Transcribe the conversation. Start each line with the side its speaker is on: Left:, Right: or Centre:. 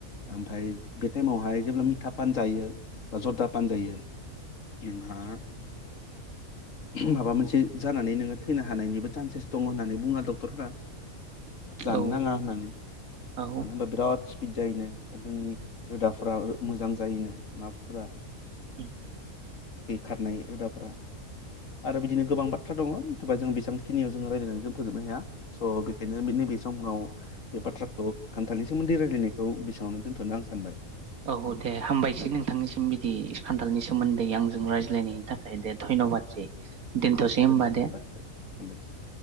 Left: ओमफ्राय बे टाइमावहाय जेब्ला मिथा फान जायो, बा जर्दा फान जायो, नोंहा माबा मोनसे जानानै नोङो थैनो हानायनिबो चान्सेस दङ होननानै बुङो डक्टरफोरा। जानो
Right: औ
Left: नाङा होननानै मानो
Right: औ
Left: होनबा बिराद स्पिड जायोनो। जोंनि रोदाफोरा मोजां जायोनो नार्पफोरा।
Right: ओम।
Left: थै खारनाय रोदाफोरा आरो बिदिनो गोबां बाथ्रा दङ थोबा जों बेसांखिनियाव जोङो रायलायनानै जों फोजोबनो हाया स' बेखायनो बे नैबे समाव बे बाथ्राखौ खान्थालनि सोमोन्दै रायल्लायनायखौ बि बावनो दोन्थ'नो आं सानबाय
Right: औ दे हामबायसै नोंथांनिसिम बिदि खान्थालनि सोमोन्दै आंजों रायज्लायनायनि थाखाय दे धन्य'बादसै दोनथ'सै
Left: धन्यबाद
Right: होमबा दे
Left: <unintelligible> हामबायसै